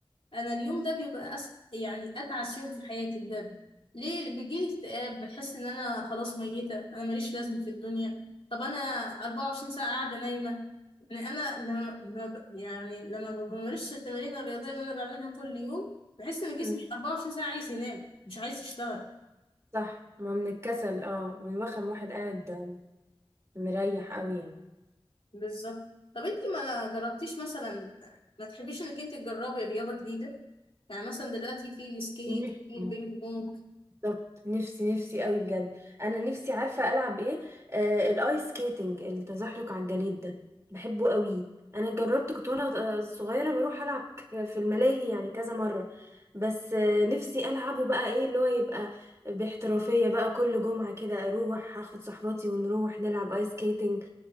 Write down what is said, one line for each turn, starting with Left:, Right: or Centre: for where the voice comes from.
Left: انا اليوم ده بيبقى أس... يعني اتعس يوم في حياتي ده ليه بيجيلي اكتئاب بحس ان انا خلاص ميته انا ماليش لازمه في الدنيا طب انا 24 ساعه قاعده نايمه يعني انا لما لما ب- يعني لما ما بمارسش التمارين الرياضيه اللي انا بعملها كل يوم بحس ان جسمي
Right: مم.
Left: 24 ساعه عايز ينام مش عايز يشتغل
Right: صح ما من الكسل اه من الوخم واحد قاعد مريح قوي يعني
Left: بالظبط طب انتي ما جربتيش مثلا ما تحبيش انك انت تجربي رياضه جديده يعني مثلا دلوقتي في السكيت
Right: <laughs>
Left: في البينج بونج
Right: بالظبط نفسي نفسي قوي بجد انا نفسي عارفه العب ايه آه الايس سكيتنج التزحلق على الجليد ده بحبه قوي انا جربت كنت وانا صغيره بروح العب ك- في الملاهي يعني كذا مره بس آه نفسي العبه بقى ايه اللي هو يبقى باحترافيه بقى كل جمعه كده اروح اخد صحباتي ونروح نلعب ايس سكيتنج